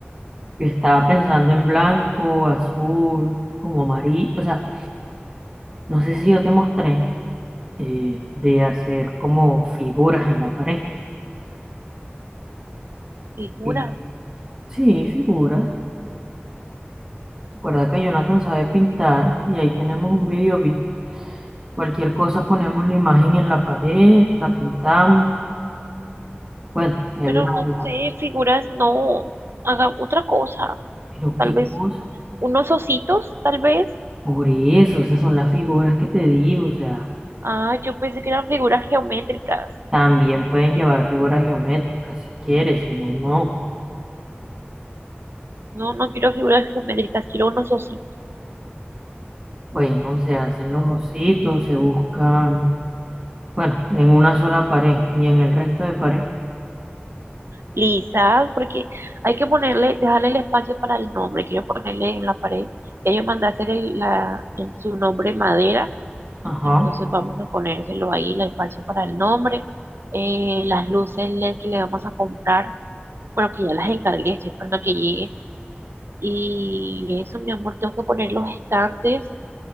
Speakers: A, on the right; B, on the right.
A: yo estaba pensando en blanco, azul, como amarillo. O sea, no sé si yo te mostré. eh, de hacer como figuras en la pared.
B: Figura.
A: Y, sí, figuras. Recuerda que Jonathan sabe pintar y ahí tenemos un video vi- Cualquier cosa ponemos la imagen en la pared, la pintamos. Bueno, él
B: Pero
A: la,
B: no
A: la-
B: sé, figuras no. Haga otra cosa.
A: pero
B: Tal
A: qué
B: vez
A: cosa.
B: unos ositos, tal vez.
A: Por eso, esas son las figuras que te digo. O sea,
B: Ah, yo pensé que eran figuras geométricas.
A: también pueden llevar figuras geométricas si quieres, si no, no.
B: No, no quiero figuras geométricas, quiero unos ositos
A: Bueno, se hacen los ositos, se buscan, bueno, en una sola pared y en el resto de pared.
B: lisas, porque hay que ponerle, dejarle el espacio para el nombre. Quiero ponerle en la pared. Ya yo mandé a hacer el- la, en su nombre madera,
A: Ajá.
B: entonces vamos a ponérselo ahí, el espacio para el nombre. Eh, las luces LED que le vamos a comprar, bueno, que ya las encargué, estoy esperando que lleguen Y eso, mi amor, tengo que poner los estantes,